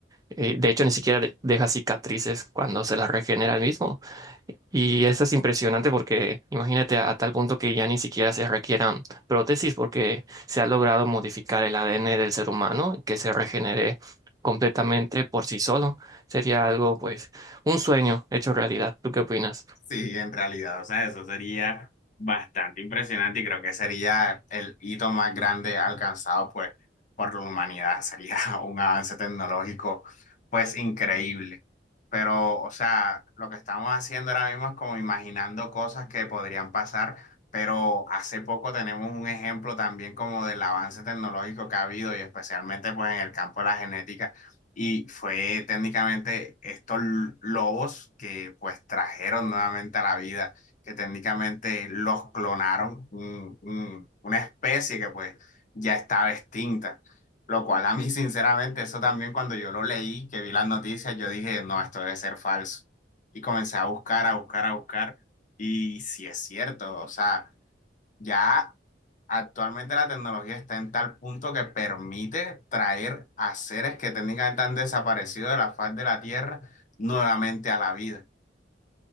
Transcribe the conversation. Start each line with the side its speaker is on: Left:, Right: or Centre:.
Right: Eh, de hecho, ni siquiera de- deja cicatrices cuando se las regenera el mismo. Y eso es impresionante porque imagínate a, tal punto que ya ni siquiera se requieran prótesis porque se ha logrado modificar el ADN del ser humano, que se regenere completamente por sí solo. Sería algo, pues, un sueño hecho realidad. ¿Tú qué opinas?
Left: Sí, en realidad, o sea, eso sería bastante impresionante y creo que sería el hito más grande alcanzado pues por la humanidad, sería <laughs> un avance tecnológico pues increíble. Pero, o sea, lo que estamos haciendo ahora mismo es como imaginando cosas que podrían pasar, pero hace poco tenemos un ejemplo también como del avance tecnológico que ha habido y especialmente pues en el campo de la genética y fue técnicamente estos l- lobos que pues trajeron nuevamente a la vida, que técnicamente los clonaron, un- un- una especie que pues ya estaba extinta. Lo cual a mí <laughs> sinceramente eso también cuando yo lo leí, que vi las noticias, yo dije, no, esto debe ser falso. Y comencé a buscar, a buscar, a buscar. Y sí es cierto, o sea, ya Actualmente la tecnología está en tal punto que permite traer a seres que técnicamente han desaparecido de la faz de la Tierra nuevamente a la vida.